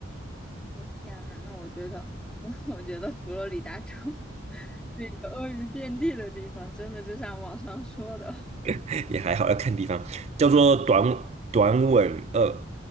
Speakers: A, in the centre; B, on the right.
A: 我的天呐，那我觉得我我觉得佛罗里达州 <laughs> 这个鳄鱼遍地的地方，真的就像网上说的。
B: <laughs> 也还好，要看地方，叫做短短吻鳄，